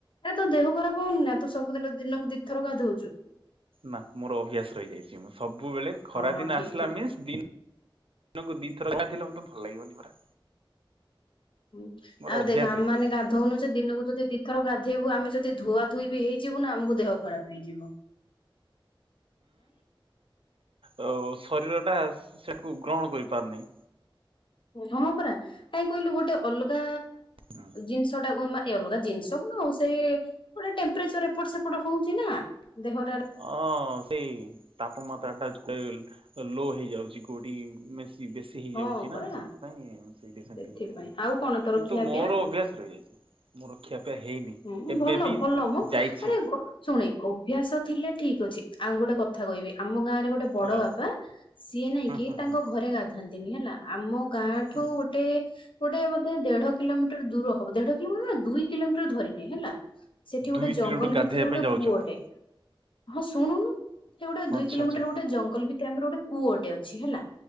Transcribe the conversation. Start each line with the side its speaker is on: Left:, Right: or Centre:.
Left: ଆରେ ତୋ ଦେହ ଖରାପ ହଉନି ନା ତୁ ସବୁଦିନ ଦିନକୁ ଦିଇଥର ଗାଧଉଛୁ
Right: ନା ମୋର ଅଭ୍ୟାସ ରହିଯାଇଛି ମୁଁ ସବୁବେଳେ ଖରା
Left: ହଁ
Right: ଦିନ
Left: ଠିକ
Right: ଆସିଲା
Left: ଠିକ।
Right: ମିନ୍ସ ଦି ଦିନକୁ ଦିଥର ଗାଧେଇଲେ ମତେ ଭଲ ଲାଗିବନି ପରା
Left: ହୁଁ
Right: ମୋର
Left: ଆଉ
Right: ଅଭ୍ୟାସ
Left: ଦେଖ ଆମ
Right: ହେଇଯାଇଛି
Left: ମାନେ ଗାଧଉନୁ
Right: ହୁଁ
Left: ସେ ଦିନକୁ ଯଦି ଦିଥର ଗାଧେଇବୁ ଆମେ ଯଦି ଧୁଆ ଧୁୋଇ ବି ହେଇଯିବୁ ନା ଆମକୁ ଦେହ ଖରାପ ହେଇଯିବ। ହ
Right: ହୁଁ ଶରୀର ଟା ସେକୁ ଗ୍ରହଣ କରିପାରୁନି।
Left: ହଁ ପରା କାଇଁ କହିଲୁ ଗୋଟେ ଅଲଗା
Right: ଆଗ
Left: ଜିନିଷ ଟା କୁ ମା ଅଲଗା ଜିନିଷ କଣ ଆଉ ସେ ଗୋଟେ ଟେମ୍ପଚର ଏପଟ ସେପଟ ହଉଛି ନା ଦେହଟାର
Right: ହଁ ସେଇ ତାପମାତ୍ରା ଟା <unintelligible> ଲୋ ହେଇଯାଉଛି କୋଉଠି ମେଶି ବେଶୀ ହେଇଯାଉଛି
Left: ହଁ ପରା
Right: ନା ସେଥିପାଇଁ ସେଠି ସେମତି
Left: ସେଥିପାଇଁ
Right: ହେଇଯାଉଛି
Left: ଆଉ
Right: କିନ୍ତୁ
Left: କଣ ତୋର ଖିଆ
Right: ମୋର
Left: ପିଆ
Right: ଅଭ୍ୟାସ ରହିଯାଇଛି। ମୋର କ୍ଷିଆପିଆ ହେଇନି।
Left: ହୁଁ
Right: ଏବେ
Left: ଭଲ
Right: ବି
Left: ଭଲ ମ
Right: ଯାଇଛି
Left: ଆରେ ଵ ଶୁଣେ ଅଭ୍ୟାସ ଥିଲେ ଠିକ ଅଛି ଆଉ ଗୋଟେ କଥା କହିବି ଆମ ଗାଁ ରେ ଗୋଟେ ବଡ
Right: ହଁ
Left: ବାପା ସିଏ ନାଇକି
Right: ହୁଁ ହୁଁ
Left: ତାଙ୍କ
Right: ହୁଁ।
Left: ଘରେ ଗାଧାନ୍ତିନି ହେଲା ଆମ ଗାଁ ଠୁ
Right: ହୁଁ
Left: ଗୋଟେ ଗୋଟେ ଗୋଟେ ବୋଧେ ଦେଢ କିଲୋମିଟର ଦୂର ହବ ଦେଢ କିଲୋମିଟର ନା ଦୁଇ କିଲୋମିଟର ଧରିନେ ହେଲା ସେଠି ଗୋଟେ
Right: ଦୁଇ
Left: ଜଙ୍ଗଲ
Right: କିଲୋମିଟର ଗାଧେଇବା
Left: ଭିତରେ ଗୋଟେ
Right: ପାଇଁ ଯାଉଛନ୍ତି
Left: କୂଅ ଅଟେ ହଁ ଶୁଣୁନୁ ସେ ଗୋଟେ ଦୁଇ
Right: ଆଚ୍ଛା
Left: କିଲୋମିଟର
Right: ଆଚ୍ଛା
Left: ଗୋଟେ ଜଙ୍ଗଲ ଭିତରେ ଆମର ଗୋଟେ କୂଅଟେ ଅଛି ହେଲା।